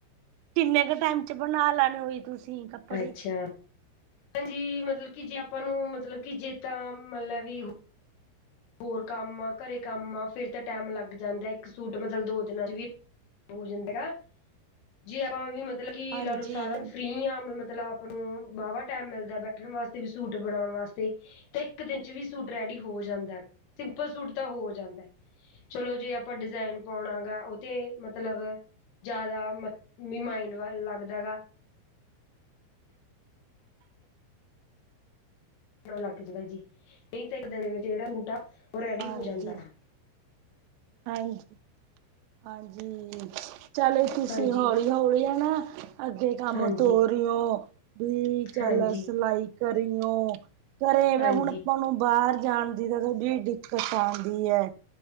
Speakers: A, on the right; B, on the left.
A: ਕਿੰਨੇ ਕੁ ਟਾਈਮ ਚ ਬਣਾ ਲੈਣੇ ਓ ਤੁਸੀਂ ਕੱਪੜੇ
B: ਅੱਛਾ। ਹਾਂਜੀ, ਮਤਲਬ ਕੀ ਜੇ ਆਪਾਂ ਨੂੰ ਮਤਲਬ ਕਿ ਜੇ ਤਾਂ ਮੰਨਲਾ ਵੀ ਹੋਰ ਕੰਮ ਆ, ਘਰੇ ਕੰਮ ਆ ਫਿਰ ਤਾ ਟੈਮ ਲੱਗ ਜਾਂਦਾ ਇੱਕ ਸੂਟ ਮਤਲਬ ਦੋ ਦਿਨਾਂ ਚ ਵੀ ਹੋ ਜਾਂਦਾ ਗਾ ਜੇ ਆਪਾਂ ਵੀ ਮਤਲਬ ਕੀ
A: ਹਾਂਜੀ,
B: ਲਾ ਲਓ ਸਾਰਾ ਦਿਨ ਨੂੰ ਫਰੀ ਆ ਮਤਲਬ ਆਪ ਨੂੰ ਵਾਹਵਾ ਟੈਮ ਮਿਲਦਾ ਬੈਠਣ ਵਾਸਤੇ ਵੀ ਸੂਟ ਬਣਾਉਣ ਵਾਸਤੇ ਤੇ ਇੱਕ ਦਿਨ ਚ ਵੀ ਸੂਟ ਰੈਡੀ ਹੋ ਜਾਂਦਾ। ਸਿੰਪਲ ਸੂਟ ਤਾਂ ਹੋ ਜਾਂਦਾ ਚਲੋ ਜੇ ਆਪਾਂ ਡਿਜ਼ਾਇਨ ਪਾਉਣਾ ਓਹ ਤੇ ਮਤਲਬ ਜਾਦਾ ਮੱ ਵੀ ਮਾਇੰਡ ਵ ਲੱਗਦਾ ਗਾ ਲੱਗ ਜਾਂਦਾ ਜੀ ਨਹੀਂ ਇੱਕ ਦਿਨ ਵਿੱਚ ਜੇੜਾ ਸੂਟ ਆ ਓਹ ਰੈਡੀ
A: ਹਾਂਜੀ,
B: ਹੋ ਜਾਂਦਾ ਹੈ।
A: ਹਾਂਜੀ, ਹਾਂਜੀ ਚਲੋ ਤੁਸੀਂ
B: ਹਾਂਜੀ
A: ਹੌਲੀ ਹੌਲੀ ਅ ਨਾ ਅੱਗੇ ਕੰਮ
B: ਹਾਂਜੀ
A: ਤੋਰੇਓ ਵੀ ਚੱਲ
B: ਹਾਂਜੀ
A: ਸਿਲਾਈ ਕਰੀਯੋਂ। ਘਰੇ
B: ਹਾਂਜੀ
A: ਮੈਂ ਹੁਣ ਆਪਾਂ ਨੂੰ ਬਾਹਰ ਜਾਣ ਦੀ ਤਾਂ ਥੋਡੀ ਜੀ ਦਿੱਕਤ ਆਉਂਦੀ ਹੈ।